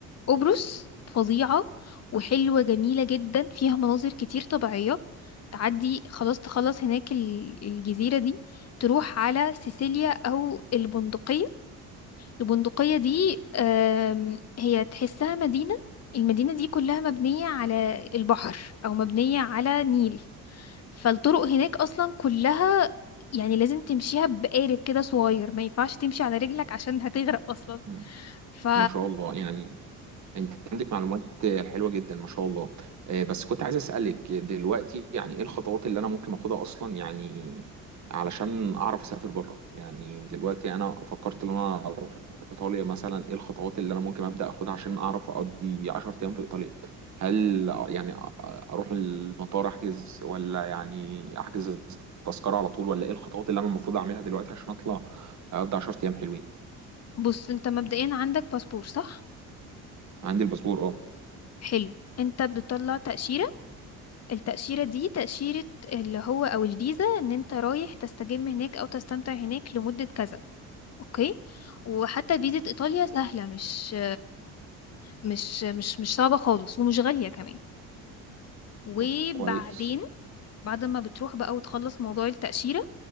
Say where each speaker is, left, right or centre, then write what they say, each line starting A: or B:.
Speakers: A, on the left (about 40°); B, on the right (about 45°).
A: قبرص فظيعة وحلوة جميلة جدا فيها مناظر كتير طبيعية تعدي خلاص تخلص هناك ال- الجزيرة دي تروح على سيسيليا أو البندقية البندقية دي آم، هي تحسها مدينة المدينة دي كلها مبنية على البحر أو مبنية على نيل فالطرق هناك أصلا كلها يعني لازم تمشيها بقارب كده صغير ما ينفعش تمشي على رجلك عشان هتغرق أصلا
B: مم.
A: ف
B: ما شاء الله يعني انت عندك معلومات حلوه جدا ما شاء الله آه، بس كنت عايز اسالك دلوقتي يعني ايه الخطوات اللي انا ممكن اخدها اصلا يعني علشان اعرف اسافر بره يعني دلوقتي انا فكرت ان انا اروح ايطاليا مثلا ايه الخطوات اللي انا ممكن ابدا اخدها عشان اعرف اقضي 10 ايام في ايطاليا هل يعني اروح المطار احجز ولا يعني احجز التذكره على طول ولا ايه الخطوات اللي انا المفروض اعملها دلوقتي عشان اطلع اقضي 10 ايام حلوين
A: بص انت مبدئيا عندك باسبور صح
B: عندي الباسبور اه
A: حلو انت بتطلع تأشيرة التأشيرة دي تأشيرة اللي هو او الفيزا ان انت رايح تستجم هناك او تستمتع هناك لمدة كذا اوكي وحتى فيزا ايطاليا سهله مش مش مش مش صعبه خالص ومش غاليه كمان وبعدين
B: طب كويس
A: بعد ما بتروح بقى وتخلص موضوع التأشيرة